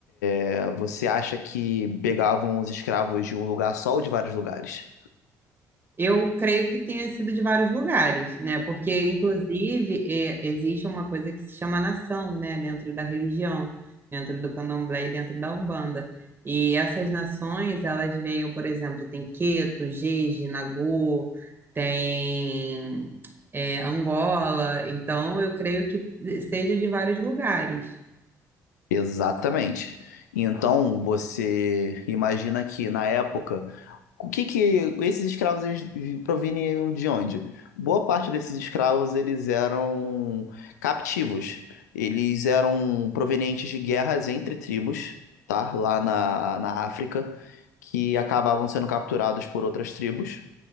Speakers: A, on the left; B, on the right.
A: É, Você acha que pegavam os escravos de um lugar só ou de vários lugares?
B: Eu creio que tenha sido de vários lugares, né? Porque, inclusive, eh, existe uma coisa que se chama nação, né? Dentro da religião, dentro do Candomblé e dentro da Umbanda. E essas nações, elas veem, por exemplo, tem Queto, Jeje, Nagô, tem, eh, Angola. Então, eu creio que seja de vários lugares.
A: Exatamente. Então, você imagina que na época, o que que esses escravos eles proveniam de onde? Boa parte desses escravos eles eram captivos. Eles eram provenientes de guerras entre tribos, tá? Lá na, na África, que acabavam sendo capturados por outras tribos.